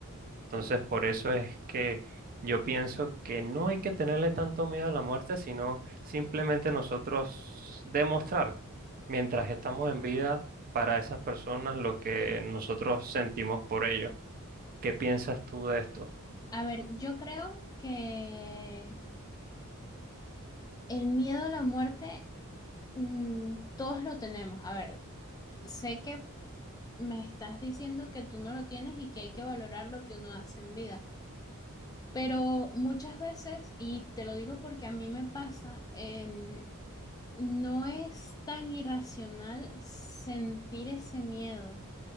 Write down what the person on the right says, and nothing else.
Entonces, por eso es que yo pienso que no hay que tenerle tanto miedo a la muerte, sino simplemente nosotros demostrar, mientras estamos en vida, para esas personas lo que nosotros sentimos por ellos. ¿Qué piensas tú de esto?